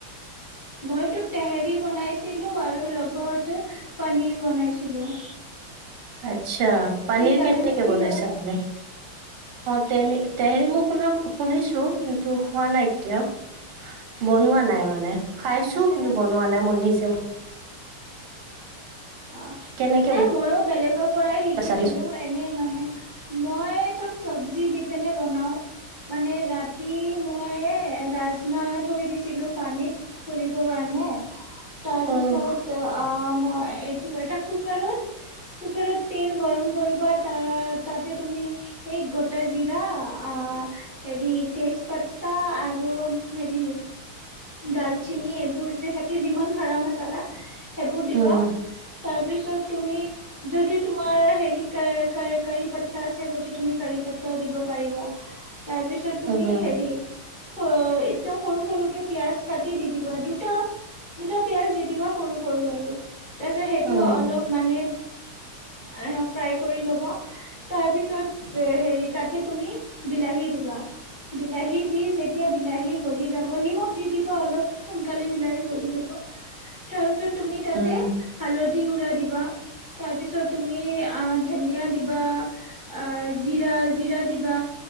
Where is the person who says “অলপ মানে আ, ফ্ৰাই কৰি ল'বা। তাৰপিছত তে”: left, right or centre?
Left